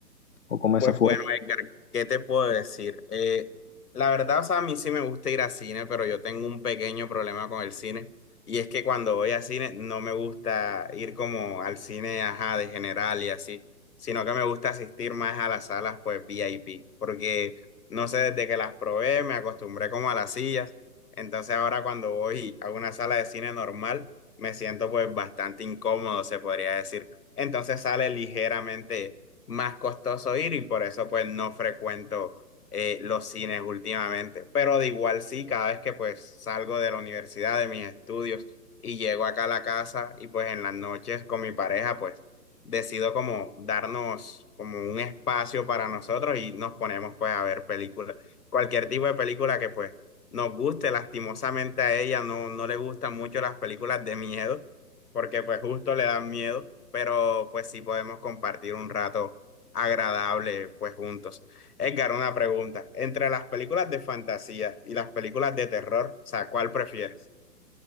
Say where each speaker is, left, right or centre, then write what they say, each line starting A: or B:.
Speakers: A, on the left; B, on the left.
A: o comes
B: Pues
A: afuera?
B: bueno, Edgar, ¿qué te puedo decir? Eh, la verdad, o sea, a mí sí me gusta ir a cine, pero yo tengo un pequeño problema con el cine. Y es que cuando voy a cine no me gusta ir como al cine, ajá, de general y así, sino que me gusta asistir más a las salas, pues VIP, porque no sé, desde que las probé me acostumbré como a las sillas. Entonces ahora cuando voy a una sala de cine normal, me siento pues bastante incómodo, se podría decir. Entonces sale ligeramente más costoso ir y por eso pues no frecuento eh, los cines últimamente. Pero de igual sí, cada vez que pues salgo de la universidad, de mis estudios y llego acá a la casa y pues en las noches con mi pareja pues decido como darnos como un espacio para nosotros y nos ponemos pues a ver películas, cualquier tipo de película que pues nos guste. Lastimosamente a ella no, no le gustan mucho las películas de miedo porque pues justo le dan miedo, pero pues sí podemos compartir un rato agradable, pues juntos. Edgar, una pregunta. Entre las películas de fantasía y las películas de terror, o sea, ¿cuál prefieres?